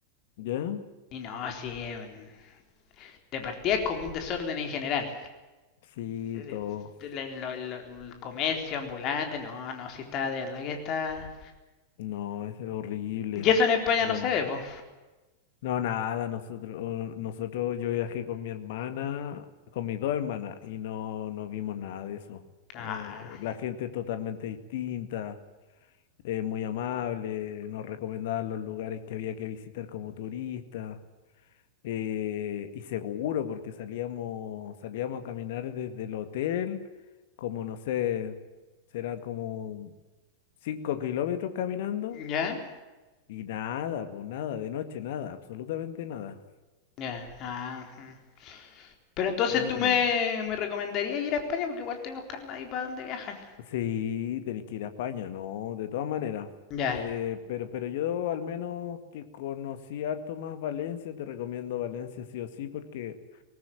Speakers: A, on the left; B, on the left.
A: ¿Ya?
B: Y no, sí, es un- de partida es como un desorden en general.
A: Sí,
B: Eh,
A: todo.
B: el comercio ambulante, no, no, si está, de verdad que está...
A: No, es horrible.
B: Y eso en España
A: Pero,
B: no se ve, po.
A: no, nada, nosotros, nosotros, yo viajé con mi hermana, con mis dos hermanas, y no, no vimos nada de eso.
B: Ah,
A: Eh, la gente es totalmente distinta. eh, muy amable, nos recomendaba los lugares que había que visitar como turista, eh, y seguro porque salíamos, salíamos a caminar desde el hotel, como no sé, serán como cinco kilómetros caminando,
B: ¿ya?
A: y nada, pues nada, de noche nada, absolutamente nada,
B: Ya, ah, mm. Pero entonces
A: nada
B: tú
A: de
B: me,
A: nada.
B: me recomendarías ir a España porque igual estoy buscando ahí para dónde viajan.
A: Sí, tenés que ir a España, ¿no? De todas maneras.
B: Ya,
A: Eh, pero, pero yo al menos que conocí harto más Valencia, te recomiendo Valencia sí o sí, porque